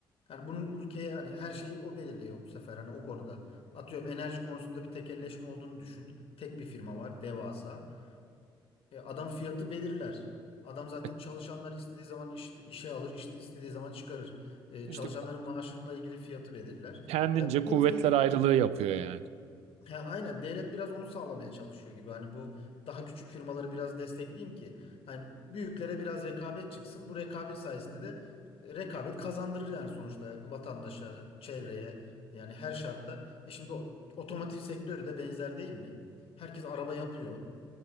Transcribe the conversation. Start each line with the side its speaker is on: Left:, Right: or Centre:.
Left: yani bunun ülkeye hani her şeyi o belirliyor bu sefer hani o konuda. Atıyorum enerji konusunda bir tekelleşme olduğunu düşün. Tek bir firma var, devasa. E, adam fiyatı belirler. Adam zaten
Right: E,
Left: çalışanları istediği zaman iş, işe alır, işte istediği zaman çıkarır. E,
Right: İşte
Left: çalışanların
Right: ku-
Left: maaşıyla ilgili fiyatı belirler.
Right: kendince
Left: Ya,
Right: kuvvetler
Left: piyasayı-
Right: ayrılığı yapıyor yani.
Left: he, aynen devlet biraz onu sağlamaya çalışıyor gibi. Hani bu daha küçük firmaları biraz destekleyeyim ki hani büyüklere biraz rekabet çıksın. Bu rekabet sayesinde de e, rekabet kazandırır yani sonuçta vatandaşa, çevreye yani her şartta. E şimdi o- otomotiv sektörü de benzer değil mi? Herkes araba yapıyor